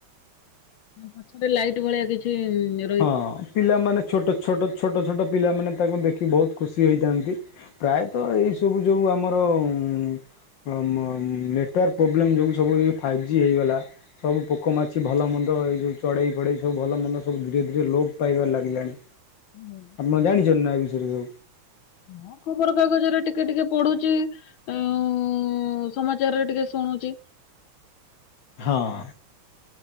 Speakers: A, on the left; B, on the left.
A: ତା ପଛରେ ଲାଇଟ ଭଳିଆ କିଛି ଏଁପ୍
B: ହଁ ପିଲାମାନେ ଛୋଟ ଛୋଟ ଛୋଟ ଛୋଟ ପିଲାମାନେ ତାଙ୍କୁ ଦେଖି ବହୁତ ଖୁସି ହୋଇଥାନ୍ତି ପ୍ରାୟତଃ ଏଇ ସବୁ ତୁବି ଯଉଁ ଆମର ଉଁ ଓଁ ମ୍ ମ୍ ନେଟୱାର୍କ ପ୍ରୋବ୍ଲେମ୍ ଯୋଗୁଁ ସବୁ ଏଇଯଉ ଫାଇଭ୍ ଜି ହେଇଗଲା ସବୁ ପୋକ ମାଛି ଭଲମନ୍ଦ ଏଇ ଯେଉଁ ଚଢେଇ ଫଡେଇ ସବୁ ଭଲ ମନ୍ଦ ସବୁ ଧୀରେ ଧୀରେ ଲୋପ୍ ପାଇବାରେ ଲାଗିଲାଣି
A: ହୁଁ
B: ତମେ ଜାଣିଛନ୍ତି ନାଁ ଏ ବିଷୟରେ ସବୁ
A: ହଁ ଖବର କାଗଜରେ ଟିକେ ଟିକେ ପଢୁଛି ଆଉଁ ଉଁ ସମାଚାରରେ ଟିକେ ଶୁଣୁଛି
B: ହଁ